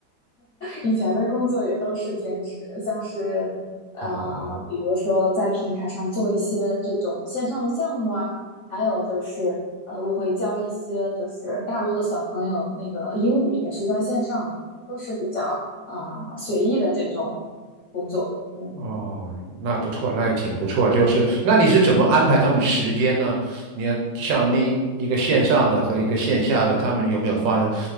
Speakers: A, on the left; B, on the right.
A: 以前的工作也都是兼职，像是呃，
B: 哦。
A: 比如说在平台上做一些这种线上的项目啊，还有就是呃，我会教一些就是大陆的小朋友那个英语，也是在线上的，都是比较啊、呃随意的这种工作。嗯，
B: 哦，那不错，那也挺不错。就是，那你是怎么安排他们时间呢？你要像那一个线上的和一个线下的，他们有没有发生